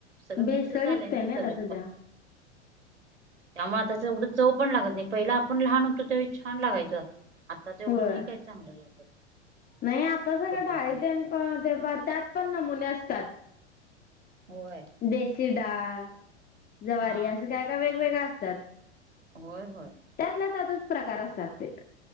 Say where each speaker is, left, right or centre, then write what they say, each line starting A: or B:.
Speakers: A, on the right; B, on the left.
A: सगळं
B: भेसळ
A: मिक्स झालंय
B: युक्तय
A: नाही
B: नाई
A: सगळं
B: आता सध्या.
A: त्यामुळं आताच एवढं चव पण लागत नाही पहिला आपण लहान होतो त्यावेळी छान लागायचं आत्ताच एवढं
B: होय
A: नाही काही चांगलं.
B: नाही आता सगळं
A: कुठली
B: डाळीतेन
A: पण
B: पण ते प त्यात पण नमुने असतात.
A: होय.
B: देशी डाळ जवारी
A: हा
B: असं काय काय वेगवेगळ असतात.
A: होय होय.
B: त्यातला त्यातच प्रकार असतात ते.